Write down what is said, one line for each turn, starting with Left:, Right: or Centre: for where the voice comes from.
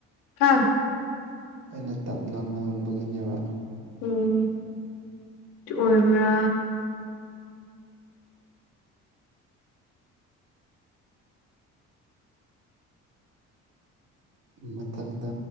Left: ꯍꯥ
Right: ꯑꯩꯅ ꯇꯞꯅ ꯉꯥꯡꯕꯒꯤꯅꯦꯕ
Left: ꯎꯝ ꯇꯨ ꯑꯣꯏꯕ꯭ꯔꯥ
Right: ꯃꯊꯛꯇ